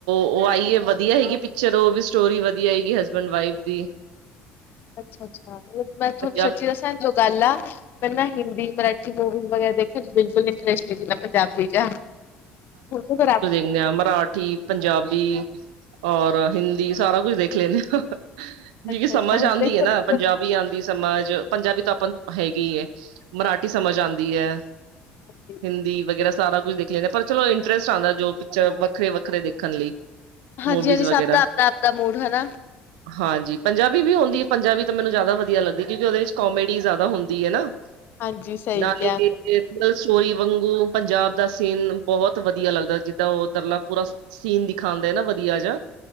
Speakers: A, on the right; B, on the left.
A: ਉਹ ਆਈ ਹੈ ਵਧੀਆ ਹੈਗੀ ਪਿਕਚਰ ਉਹ ਵੀ ਸਟੋਰੀ ਵਧੀਆ ਹੈਗੀ। ਹਸਬੈਂਡ ਵਾਈਫ ਦੀ।
B: ਅੱਛਾ- ਅੱਛਾ, ਮੈਂ ਤੁਹਾਨੂੰ
A: ਪੰਜਾਬੀ
B: ਸੱਚੀ ਦੱਸਾਂ ਲੋਕ। ਗੱਲ ਆ ਮੈਂ ਨਾ ਹਿੰਦੀ ਮਰਾਠੀ ਮੂਵੀਜ਼ ਵਗੈਰਾ ਦੇਖਣ ਬਿਲਕੁਲ ਰਿਸ਼ਤੇ ਵੀ ਨਾ ਪੰਜਾਬੀ ਚ <unintelligible> ਖਰਾਬ।
A: ਨਿਆ ਮਰਾਠੀ, ਪੰਜਾਬੀ ਔਰ ਹਿੰਦੀ ਸਾਰਾ ਕੁਝ ਦੇਖ ਲੈਂਨੇ ਆਂ, ਕਿਓਂਕਿ
B: ਅੱਛਾ-ਅੱਛਾ
A: ਸਮਝ
B: ਹੁਣ
A: ਆਂਦੀ
B: ਦੇਖੋ
A: ਐ ਨਾ
B: ਇੱਕ
A: ਪੰਜਾ ਪੰਜਾਬੀ ਆਂਦੀ ਏ ਸਮਝ ਪੰਜਾਬੀ ਤੋਂ ਆਪਾਂ ਹੈਗੀ ਐ ਮਰਾਠੀ ਸਮਝ ਆਂਦੀ ਐ।
B: <inaudible>
A: ਹਿੰਦੀ ਵਗੈਰਾ ਸਾਰਾ ਕੁਝ ਦੇਖ ਲੈਂਦੇ ਆ, ਪਰ ਚਲੋ ਇੰਟਰਸਟ ਆਂਦਾ ਜੋ ਪਿਕਚਰ ਵੱਖਰੇ-ਵੱਖਰੇ ਦੇਖਣ ਲਈ।
B: ਹਾਂਜੀ
A: ਮੂਵੀਜ਼
B: -ਹਾਂਜੀ,
A: ਵਗੈਰਾ
B: ਸਭ ਦਾ ਆਪਦਾ-ਆਪਦਾ ਮੂਡ ਹਨਾ।
A: ਹਾਂਜੀ ਪੰਜਾਬੀ ਵੀ ਔਂਦੀ ਐ ਪੰਜਾਬੀ ਤਾਂ ਮੈਨੂੰ ਜ਼ਾਦਾ ਵਧੀਆ ਲੱਗਦੀ ਕਿਉਂਕਿ ਓਦੇ ਵਿੱਚ ਕੋਮੇਡੀ ਜ਼ਾਦਾ ਹੁੰਦੀ ਐ ਨਾ।
B: ਹਾਂਜੀ ਸਹੀ
A: <unintelligible>
B: ਕਿਹਾ।
A: ਸੋਈ ਵੰਗ ਊਂ ਪੰਜਾਬ ਦਾ ਸੀਨ ਬਹੋਤ ਵਦੀਆ ਲੱਗਦਾ ਜਿੱਦਾਂ ਓ ਦਰਲਾ ਪੂਰਾ ਸੀਨ ਦਿਖਾਂਦਾ ਨਾ ਵਦੀਆ ਜਾ,